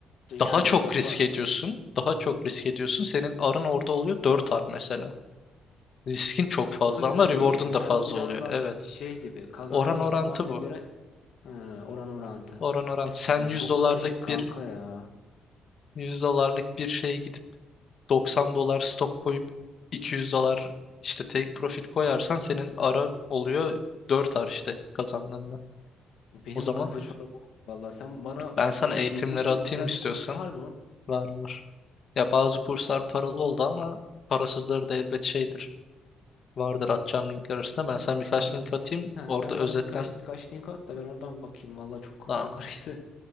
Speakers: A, on the left; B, on the left.
A: yani
B: Daha çok
A: ba-
B: risk
A: ba-
B: ediyorsun. Daha çok risk ediyorsun. Senin arın orada oluyor 4 ar mesela. Riskin çok fazla
A: ona göre
B: ama reward'un
A: değişiyor.
B: da fazla
A: Yani bu biraz
B: oluyor.
A: daha
B: Evet.
A: ş- şey gibi kazanma
B: Oran
A: ihtimaline
B: orantı bu.
A: göre ha, oran orantı.
B: Oran orantı. Sen
A: Ya
B: yüz
A: çok
B: dolarlık
A: karışık kanka
B: bir
A: ya.
B: yüz dolarlık bir şeye gidip 90 dolar stop koyup 200 dolar işte take profit koyarsan senin ara oluyor 4 ar işte kazandığında.
A: Benim
B: O zaman
A: kafa çorba. oldu Vallahi sen bana
B: ben sana
A: yani
B: eğitimleri
A: bildiğin şöyle
B: atayım
A: güzel
B: istiyorsan.
A: bir kurs var mı?
B: Var var. Ya bazı kurslar paralı oldu ama parasızları da elbet şeydir. Vardır atacağım linkler arasında. Ben sana
A: Sen
B: birkaç link atayım.
A: ha,
B: Orada
A: sen
B: özetlen.
A: bana birkaç birkaç link at da ben oradan bakayım. Vallahi çok kafam
B: Tamam.
A: karıştı.